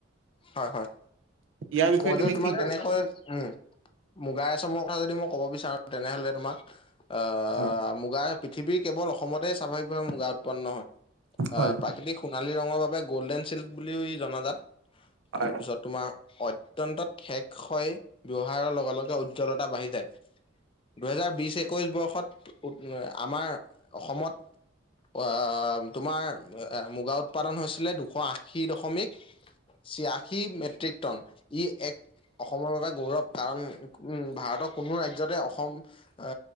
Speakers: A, on the left; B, on the right.
A: হয়, হয়
B: ইয়াৰ বিষয়ে
A: মই যে
B: তুমি
A: তোমাক
B: কি কবা?
A: কেনেকৈ উম' মুগা ৰেচমৰ কথা যদি মই ক'ব বিচাৰো তেনেহলে তোমাক আ
B: উম,
A: মুগাৰ পৃথিৱীৰ কেৱল অসমতে স্বাভাৱিকভাৱে মুগা উৎপন্ন নহয়।
B: হয়
A: আ প্ৰা সোণালী ৰঙৰ বাবে গ'ল্ডেন চিল্ক বুলিও ই জনাজাত।
B: হয়
A: তাৰপিছত তোমাৰ অত্যন্ত ঠেক হয়, ব্যৱহাৰৰ লগে লগে উজ্জ্বলতা বাঢ়ি যায়। দুহেজাৰ বিশ একৈশ বৰ্ষত উ আমাৰ অসমত আ তোমাৰ এ মুগা উৎপাদন হৈছিলে দুশ আশী দশমিক। ছিয়শী মেট্ৰিকটন। ই এক অসমৰ বাবে গৌৰৱ, কাৰণ উম ভাৰতৰ কোনো ৰাজ্যতে অসম আ